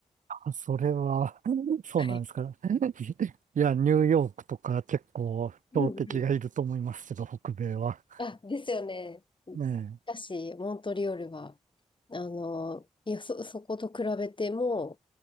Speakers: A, on the right (about 85°); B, on the left (about 40°).
A: あそれは、<laughs> そうなんですか。
B: はい。
A: <laughs> いや、ニューヨークとか結構強敵がいると思いますけど、
B: ううんうん
A: 北米は。
B: あ、ですよね。しかし、
A: ね
B: モントリオールは、あの、いや、そ、そこと比べても、